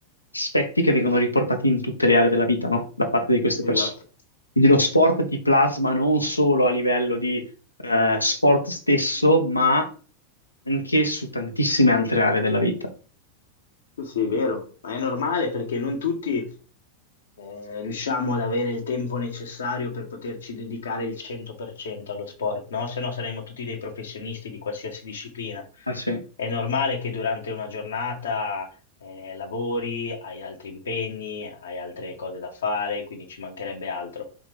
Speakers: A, on the left (about 80°); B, on the left (about 65°).
A: aspetti che vengono riportati in tutte le aree della vita, no? Da parte di queste
B: esatto.
A: persone. Quindi lo sport ti plasma non solo a livello di eh, sport stesso, ma anche su tantissime altre aree della vita.
B: Sì, sì, è vero, ma è normale perché non tutti eh, riusciamo ad avere il tempo necessario per poterci dedicare il 100% allo sport, no? Se no saremmo tutti dei professionisti di qualsiasi disciplina.
A: Eh sì, eh
B: È normale che durante una giornata eh, lavori, hai altri impegni, hai altre cose da fare, quindi ci mancherebbe altro.